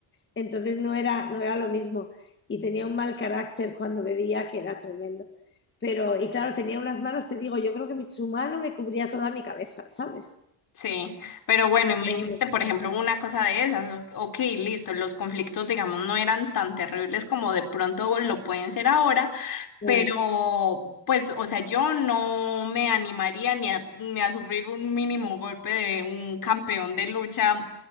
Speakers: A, on the left; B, on the left.
A: Entonces no era, no era lo mismo. Y tenía un mal carácter cuando bebía que era tremendo. Pero, y claro, tenía unas manos, te digo, yo creo que mi, su mano me cubría toda mi cabeza, ¿sabes?
B: Sí, pero bueno,
A: Era-
B: imagínate,
A: era-
B: por ejemplo, una cosa de esas, o- ok, listo, los conflictos, digamos, no eran tan terribles como de pronto lo pueden ser ahora
A: claro,
B: Pero, pues, o sea, yo no me animaría ni a, ni a sufrir un mínimo golpe de un campeón de lucha